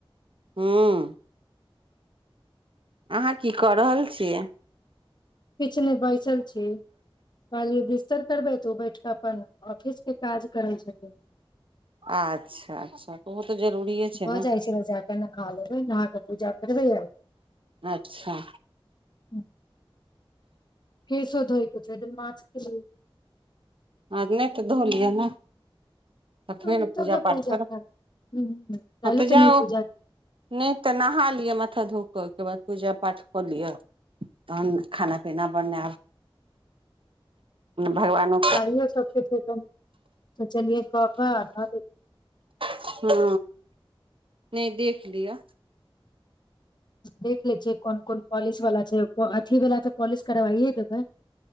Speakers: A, on the right (about 65°); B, on the left (about 50°).
A: हू <inaudible> अहाँ की कऽ रहल छियैक
B: किछ नहि बइसल छी आ <inaudible> र करबै तऽ ओ बैठ कऽ अपन ऑफिस कें काज करैत छथिन
A: अच्छा अच्छा तऽ ओहो तऽ जरूरीे छै
B: भऽ
A: ने
B: जाइ जाकऽ नहा लेबै नहा कऽ पूजा करबै
A: अच्छा
B: हूँ केसो धइके छै एकदिन मछके
A: आ नहि तऽ धो लिया ने तखने
B: तब
A: ने पूजा पाठ करब
B: करबै ह काल्हि
A: हँ तऽ जाउ
B: नहि पूजा केलियै,
A: नहि तऽ नहा लिअ माथा धूप ओहिके बाद पूजा पाठ कऽ लिअ तहन खाना पीना बनायब भगवान
B: इ सबके छै सोचलिये कब कह
A: हँ नहि देख लिअ
B: देख लै छियै कोन कोन पॉलिश वला छै अथी वला तऽ पॉलिश करबाइए देबै